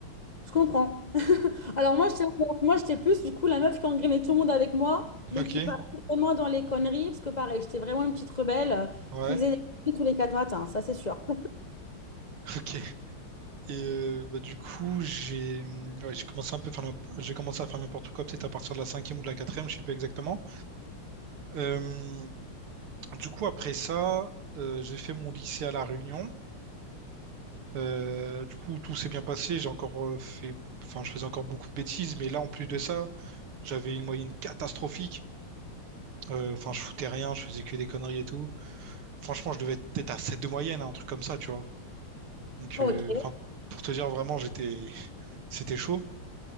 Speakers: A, on the left (about 55°); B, on the right (about 75°).
A: je comprends. <laughs> Alors moi, j'étais moi, j'étais plus du coup la meuf qui engrainait tout le monde avec moi,
B: <laughs>
A: mais
B: Ok,
A: qui partait vraiment dans les conneries, parce que pareil, j'étais vraiment une petite rebelle euh,
B: ouais,
A: qui faisait des conneries tous les quatre matins, ça c'est sûr.
B: <laughs> ok. Et euh, bah, du coup, j'ai mm, ouais, j'ai commencé un peu à faire n'im- j'ai commencé à faire n'importe quoi, peut-être à partir de la cinquième ou de la quatrième, je sais pas exactement. Euh, du coup, après ça, euh, j'ai fait mon lycée à La Réunion. Euh, du coup, tout s'est bien passé. J'ai encore euh, fait, enfin, je faisais encore beaucoup de bêtises, mais là, en plus de ça, j'avais une moyenne catastrophique. Euh, Enfin, je foutais rien, je faisais que des conneries et tout. Franchement, je devais être peut-être à 7 de moyenne, hein, un truc comme ça, tu vois. Donc,
A: Ok.
B: euh, enfin, pour te dire vraiment, j'étais, <laughs> c'était chaud.